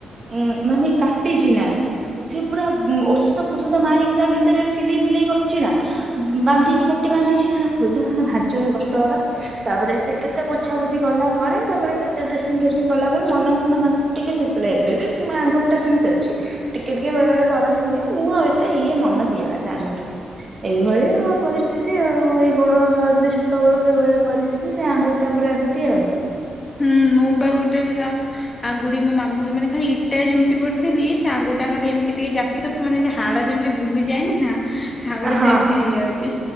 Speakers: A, on the right (about 30°); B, on the left (about 20°).
A: ଉଁ ମାନେ କାଟିଚି ନା ସିଏ ପୁରା ଉମ୍ ଔଷଧ ଫୋଷଧ ମାରିକି ତା ଭିତେରେ ସିଲେଇ ଫିଲେଇ କରିଚି ନା ବାନ୍ଧିକି ପଟି ବାନ୍ଧିଛି ସେଟା ଖୋଲିହଉନି ଭାରିଜୋରରେ କଷ୍ଟ ହେଲା ତାପରେ ସେ କେତ୍ କେତେ ପୋଛାପୋଛି କଲା ପରେ ତାପରେ କେତେ ଡ୍ରେସିଂ ଫ୍ରେସିଂ କଲା ପରେ ମଲମ ଫଲମ୍ ନା ଟିକେ ଶୁ <unintelligible> ଏବେ ବି ମୋ ଆଙ୍ଗୁଟିଟା ସେମତି ଅଛି। ଟିକେ ଟିକେ ବେଳେ ବଳେ ଦରଜ ହୁଏ ମୁଁ ଆଉ ଏତେ ଇଏ ମନ ଦିଏ ନା ସେ ଆଙ୍ଗୁଠି <unintelligible> ଏଇଭଳିଆ ପରିସ୍ଥିତି ଆଉ ଏଇ ଗୋଡ ଏମତି ଛୋଟ ବେଳୁ ଏଇଭଳିଆ ପରିସ୍ଥିତି ସେ ଆଙ୍ଗୁଟ୍ ଟା ପୁରା ଏମତି ଆଉ।
B: ହୁଁ ମୋ ବା ଗୋଟେ ହେଲା। ଆଙ୍ଗୁଟି ମୋ ମାମୁଁ ଘରେ ମାନେ ଖାଲି ଇଟା ଝୁଣ୍ଟି ପଡିଥିଲି ସେ ଆଙ୍ଗୁଟିଟା ଖାଲି ଏମତି ଟିକେ ଜାକ୍ କି ଦବୁ ମାନେ <unintelligible> ହାଡ଼ ଯେମତି ବୁଲିଯାଏନି ନା ସେ ଆଙ୍ଗୁଠି
A: ହଁ
B: ସେମିତି ହେଇଯାଉଛି